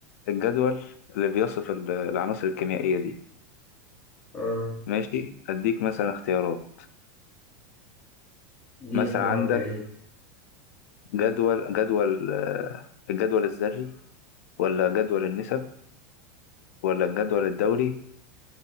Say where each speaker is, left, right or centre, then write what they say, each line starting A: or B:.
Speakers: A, on the left (about 60°); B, on the left (about 15°).
A: الجدول اللي بيصف ال- العناصر الكيميائية دي
B: أه
A: ماشي اديك مثلا اختيارات
B: دي
A: مثلا
B: اختيارات
A: عندك
B: يا ريت
A: جدول جدول آه، الجدول الذري ولا جدول النسب ولا الجدول الدوري